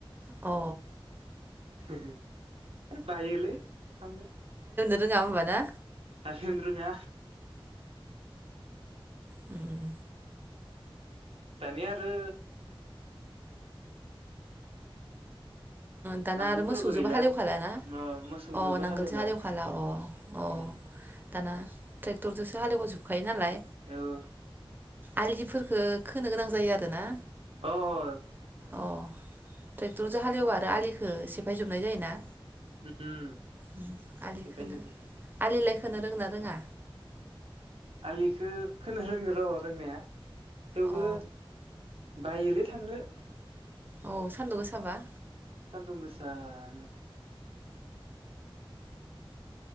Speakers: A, on the right (about 20°); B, on the right (about 85°).
A: अ
B: <unintelligible> बायोलै थांनो
A: रोंआ होमबा ना
B: हाल एवनो रोङा
A: उम
B: दानिया आरो
A: दाना
B: नांगोलफोरबो
A: आरो मोसौजोंबो
B: गैला
A: हालेवखालाना
B: मोसौजोंबो
A: अ नांगोलसो
B: हालेवला
A: हालेवखाला अ
B: उम,
A: औ दाना ट्रेक्टरजोंसो हालेजोबखायो नालाय
B: औ
A: आलिफोरखो खोनो गोनां जायो आरोना
B: औ
A: अ ट्रेक्टरजों हालेवा आरो आलिखो सेफायजोबनाय जायोना
B: <unintelligible>
A: उम आलि खोनो आलिलाय खोनो रोंङोना रोङा
B: आलिखौ खोनो रोंङो र' रोंनाया थेवबो
A: अ
B: बायोलै थांनो
A: औ सान्दुं गोसाबा
B: दुं गोसानो